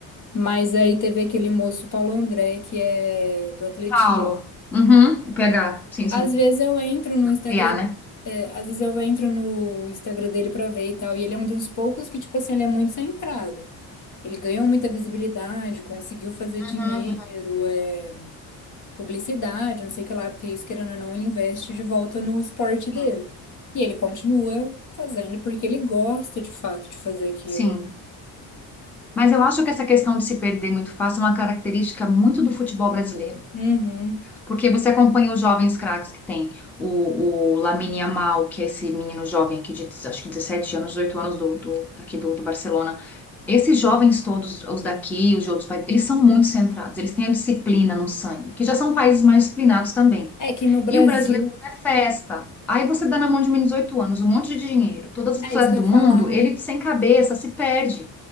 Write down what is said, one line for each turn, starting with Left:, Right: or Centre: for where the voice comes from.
Left: Mas aí teve aquele moço Paulo André, que é do atletismo.
Centre: Paulo. Uhum, o PH. Sim,
Left: Às
Centre: sim.
Left: vezes eu entro no Instagram,
Centre: PA, né?
Left: é, às vezes eu entro no Instagram dele pra ver e tal, e ele é um dos poucos que, tipo assim, ele é muito centrado. Ele ganhou muita visibilidade, conseguiu fazer
Centre: Uhum,
Left: dinheiro, é, publicidade, não sei o que lá, porque isso, querendo ou não, ele investe de volta no esporte dele.
Centre: uhum.
Left: E ele continua fazendo porque ele gosta de fato de fazer aquilo.
Centre: Sim.
Left: né?
Centre: Mas eu acho que essa questão de se perder muito fácil é uma característica muito do futebol brasileiro.
Left: Uhum.
Centre: Porque você acompanha os jovens craques que tem. O, o Lamine Yamal, que é esse menino jovem aqui de acho que 17 anos, 18 anos do, do, aqui do, do Barcelona. Esses jovens todos, os daqui, os de outros países, eles são muito centrados, eles têm a disciplina no sangue, que já são países mais disciplinados também.
Left: É que no Brasil,
Centre: E o brasileiro é festa. Aí você dá na mão de um menino de 18 anos um monte de dinheiro, todas as
Left: é
Centre: cidades
Left: isso que eu
Centre: do
Left: ia
Centre: mundo,
Left: falar.
Centre: ele sem cabeça se perde.